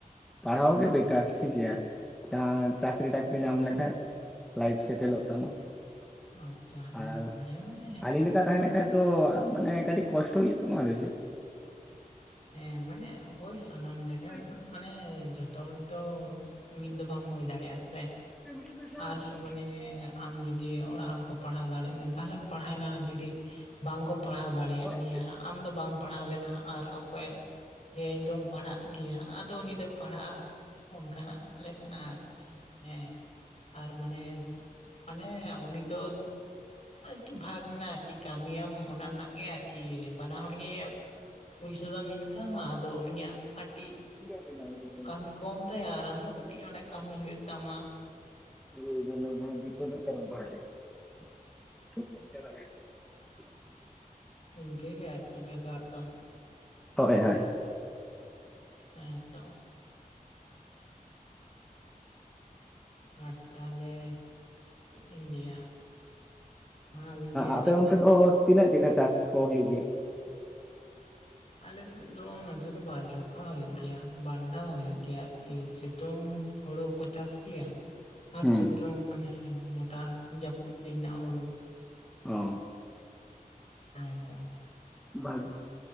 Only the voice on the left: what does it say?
ᱟᱪᱪᱷᱟ ᱦᱮᱸ
ᱛᱚᱸ ᱦᱮ ᱢᱟᱱᱮ
ᱦᱮᱸ ᱢᱟᱱᱮ ᱦᱳᱭ ᱥᱟᱱᱟᱢ ᱞᱮᱠᱟᱱ
ᱢᱟᱱᱮ ᱡᱚᱛᱚ ᱦᱚᱲ ᱛᱚ ᱢᱤᱫ ᱫᱚ ᱵᱟᱢ ᱦᱩᱭ ᱫᱟᱲᱮᱭᱟᱜ-ᱟ ᱥᱮ
ᱟᱨ ᱢᱟᱱᱮ ᱟᱢ ᱡᱩᱫᱤ ᱚᱲᱟᱜ ᱦᱚᱲ ᱠᱚ ᱯᱟᱲᱦᱟᱣ ᱫᱟᱲᱮᱜ ᱢᱮ ᱛᱟᱦᱚᱞᱮᱢ ᱯᱟᱲᱦᱟᱣᱱᱟ ᱡᱩᱫᱤ ᱵᱟᱝᱠᱚ ᱯᱟᱲᱦᱟᱣ ᱫᱟᱲᱮᱭᱟᱜ
ᱢᱮᱭᱟ ᱟᱢ ᱫᱚ ᱵᱟᱢ ᱯᱟᱲᱦᱟᱣ ᱞᱮᱱᱟ ᱟᱨ ᱚᱠᱚᱭ ᱤᱧ ᱫᱚᱢ ᱯᱟᱲᱦᱟᱜ ᱜᱮᱭᱟ ᱟᱫᱚ ᱩᱱᱤ ᱫᱚᱭ ᱯᱟᱲᱦᱟᱜ-ᱟ ᱚᱱᱠᱟᱱᱟᱜ ᱞᱮᱠᱟᱱᱟᱜ ᱟᱨᱠᱤ ᱦᱮᱸ ᱟᱨ ᱢᱟᱱᱮ ᱢᱟᱱᱮ ᱩᱱᱤ ᱫᱚ ᱟᱨᱠᱤ ᱵᱷᱟᱜᱽ ᱢᱮᱱᱟᱜ-ᱟ ᱟᱨᱠᱤ ᱠᱟᱹᱢᱤᱭᱟᱢ ᱚᱱᱟ ᱨᱮᱱᱟᱜ ᱜᱮ ᱟᱨᱠᱤ ᱵᱟᱱᱟ ᱦᱚᱲ ᱜᱮ ᱠᱤᱪᱷᱩ ᱫᱚᱢ ᱤᱱᱠᱟᱢᱟ ᱟᱫᱚ ᱩᱱᱤᱭᱟᱜ ᱠᱟᱹᱴᱤᱡ
ᱠᱟᱹᱢᱤ ᱠᱚᱢ ᱛᱟᱭᱟ ᱟᱨ ᱟᱢ ᱫᱚ ᱠᱟᱹᱴᱤᱡ ᱚᱱᱮ ᱠᱟᱹᱢᱤ ᱦᱩᱭᱩᱜ ᱛᱟᱢᱟ
ᱤᱱᱠᱟᱹ ᱜᱮ ᱟᱨᱠᱤ <unintelligible> ᱵᱷᱮᱜᱟᱨ ᱫᱚ
ᱦᱮᱸᱛᱚ ᱟᱨ ᱛᱟᱦᱚᱞᱮ ᱪᱮᱫ ᱤᱧ ᱞᱟᱹᱭᱟ ᱢᱟ ᱟᱹᱵᱤᱱ ᱜᱮ
ᱟᱹᱰᱤ
ᱵᱟᱨ
ᱟᱞᱮᱥᱮᱫ ᱫᱚ ᱱᱚᱛᱮ ᱫᱚ ᱵᱟᱨ ᱡᱚᱠᱷᱟ ᱦᱩᱭᱩᱜ ᱜᱮᱭᱟ ᱵᱟᱨ ᱫᱷᱟᱣ ᱦᱩᱭᱩᱜ ᱜᱮᱭᱟ ᱟᱨᱠᱤ ᱥᱤᱛᱩᱝ ᱦᱩᱲᱩ ᱠᱚ ᱪᱟᱥ ᱜᱮᱭᱟ ᱟᱨ
ᱥᱤᱛᱩᱝ ᱢᱟᱱᱮ ᱱᱮᱛᱟᱨ ᱡᱟᱹᱯᱩᱫ ᱫᱤᱱ ᱨᱮᱱᱟᱜ ᱦᱩᱲᱩ
ᱦᱮᱸ ᱛᱚ